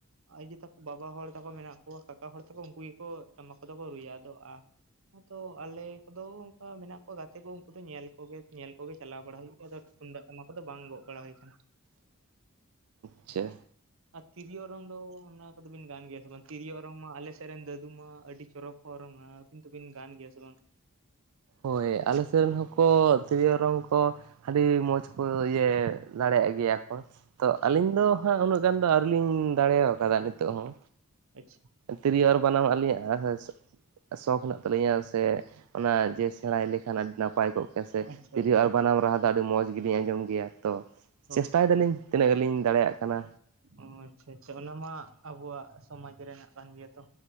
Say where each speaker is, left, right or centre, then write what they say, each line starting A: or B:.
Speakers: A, on the right; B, on the right.
A: ᱟᱡ ᱟᱭᱳ ᱛᱟᱠᱚ ᱵᱟᱵᱟ ᱦᱚᱲ ᱛᱟᱠᱚ ᱢᱮᱱᱟᱜ ᱠᱚᱣᱟ ᱠᱟᱠᱟ ᱦᱚᱲ ᱛᱟᱠᱚ ᱩᱱᱠᱩ ᱜᱮᱠᱚ ᱴᱟᱢᱟᱠ ᱠᱚᱫᱚ ᱠᱚ ᱨᱩᱭᱟ ᱟᱫᱚ ᱟ ᱟᱫᱚ ᱟᱞᱮ ᱠᱚᱫᱚ ᱚᱱᱠᱟ ᱢᱮᱱᱟᱜ ᱠᱚᱣᱟ ᱜᱟᱛᱮ ᱠᱚ ᱩᱱᱠᱩ ᱫᱚ ᱧᱮᱞ ᱠᱚᱜᱮ ᱧᱮᱞ ᱠᱚᱜᱮ ᱪᱟᱞᱟᱣ ᱵᱟᱲᱟ ᱦᱩᱭᱩᱜ ᱜᱮᱭᱟ ᱟᱫᱚ ᱛᱩᱢᱫᱟᱜ ᱴᱟᱢᱟᱠ ᱠᱚᱫᱚ ᱵᱟᱝ ᱜᱚᱜ ᱵᱟᱲᱟ ᱦᱩᱭ ᱟᱠᱟᱱᱟ᱾
B: ᱪᱷᱟᱻ
A: ᱟᱨ ᱛᱤᱨᱤᱭᱚ ᱚᱨᱚᱝ ᱫᱚ ᱚᱱᱟ ᱠᱚᱫᱚᱵᱤᱱ ᱜᱟᱱ ᱜᱮᱭᱟ ᱥᱮ ᱵᱟᱝ ᱛᱤᱨᱭᱳ ᱚᱨᱚᱝ ᱢᱟ ᱟᱞᱮᱥᱮᱫ ᱨᱮᱱ ᱫᱟᱫᱩ ᱢᱟ ᱟᱹᱰᱤ ᱪᱚᱨᱚᱠ ᱠᱚ ᱚᱨᱚᱝ ᱟ ᱠᱤᱱᱛᱩ ᱵᱤᱱ ᱜᱟᱱ ᱜᱮᱭᱟ ᱥᱮ ᱵᱟᱝ?
B: ᱦᱳᱭ ᱟᱞᱮᱥᱮᱱ ᱦᱚᱸᱠᱚ ᱛᱤᱨᱭᱳ ᱚᱨᱚᱝ ᱠᱚ ᱟᱹᱰᱤ ᱢᱚᱸᱡᱽ ᱠᱚ ᱡᱮ ᱫᱟᱲᱮᱭᱟᱜ ᱜᱮᱭᱟ ᱠᱚ ᱛᱚ
A: ᱟᱪᱪᱷᱟ
B: ᱟᱹᱞᱤᱧ ᱫᱚ ᱦᱟᱸᱜ, ᱩᱱᱟᱹᱜ ᱩᱱᱟᱹᱜ ᱜᱟᱱ ᱫᱚ ᱟᱹᱣᱨᱤ ᱞᱤᱧ ᱫᱟᱲᱮ ᱟᱠᱟᱫᱟ ᱱᱤᱛᱚᱜ ᱦᱚᱸ᱾
A: ᱟᱪᱪᱷᱟ᱾
B: ᱛᱤᱨᱭᱳ ᱟᱨ ᱵᱟᱱᱟᱢ ᱟᱹᱞᱤᱧᱟᱜ ᱥᱚᱠ ᱦᱮᱱᱟᱜ ᱛᱟᱹᱟᱞᱤᱧᱟ ᱥᱮ, ᱚᱱᱟ ᱡᱮ ᱛᱟᱦᱮᱸ ᱞᱮᱠᱷᱟᱱ ᱟᱹᱰᱤ ᱱᱟᱯᱟᱭ ᱠᱚᱜ ᱜᱮᱭᱟ ᱥᱮ,
A: ᱟᱪᱪᱷᱟ
B: ᱛᱤᱨᱭᱳ
A: ᱟᱪᱪᱷᱟ
B: ᱟᱨ ᱵᱟᱱᱟᱢ ᱨᱟᱦᱟ ᱫᱚ ᱟᱹᱰᱤ ᱢᱚᱸᱡᱽ ᱜᱮᱞᱤᱧ ᱟᱸᱡᱚᱢ ᱜᱮᱭᱟ ᱛᱚ᱾
A: ᱚ
B: ᱪᱮᱥᱴᱟᱭ ᱫᱟᱞᱤᱧ ᱛᱤᱱᱟᱹᱜ ᱜᱟᱱ ᱞᱤᱧ ᱫᱟᱲᱮᱭᱟᱜ ᱠᱟᱱᱟ᱾
A: ᱚ ᱟᱪᱪᱷᱟ ᱟᱪᱪᱷᱟ ᱚᱱᱟ ᱢᱟ ᱟᱵᱚᱣᱟᱜ ᱥᱚᱢᱟᱡᱽ ᱨᱮᱱᱟᱜ ᱠᱟᱱ ᱜᱮᱭᱟ ᱛᱚ᱾